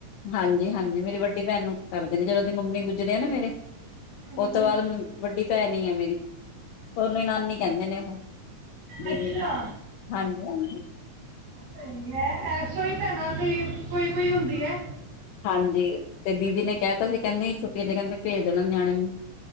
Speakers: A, on the left (about 75°); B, on the right (about 85°).
A: ਹਾਂਜੀ -ਹਾਂਜੀ ਮੇਰੀ ਵੱ ਵਡੀ ਭੈਣ ਨੂੰ ਕਰਦੇ ਨੇ ਜਦੋਂ ਦੇ ਮੰਮੀ ਗੁਜਰੇ ਆ ਨਾ ਮੇਰੇ
B: ਹਾਂਜੀ
A: ਉਹ ਤੋਂ ਬਾਅਦ ਵੱਡੀ ਭੈਣੀ ਆ ਮੇਰੀ, ਤੁਨੂੰ ਈ ਨਾਨੀ ਕਹਿੰਦੇ ਨੇ ਉਹ ਦੀਦੀ
B: ਅੱਛਾ!
A: ਨੂੰ ਹਾਂਜੀ ਹਾਂਜੀ
B: ਸਈ ਐ ਐਸੋ ਹੀ ਭੈਣਾ ਕਈ, ਕੋਈ -ਕੋਈ ਹੁੰਦੀ ਹੈ
A: ਹਾਂਜੀ, ਤੇ ਦੀਦੀ ਨੇ ਕਹਿਤਾ ਸੀ ਕਹਿੰਦੇ ਛੁੱਟੀਆਂ ਤੇ ਕਹਿੰਦੇ ਭੇਜ ਦੇਣਾ ਨਿਆਣੇ ਨੂੰ,